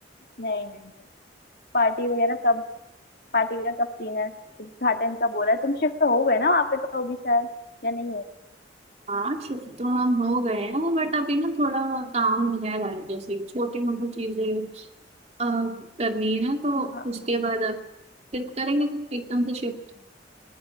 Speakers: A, on the left (about 55°); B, on the right (about 35°).
A: नहीं नहीं पार्टी वगैरह सब पार्टी का सब सीन है उद्घाटन का बोला है तुम शिफ्ट हो गए ना वहाँ पे तो अभी शायद या नहीं हो
B: हाँ शिफ्ट तो हम हो गए हैं बट अभी ना थोड़ा काम रह रहा है घर जैसे छोटी मोटी चीजें अ, करनी है तो
A: हाँ
B: उसके बाद अब फिर करेंगे एकदम से शिफ्ट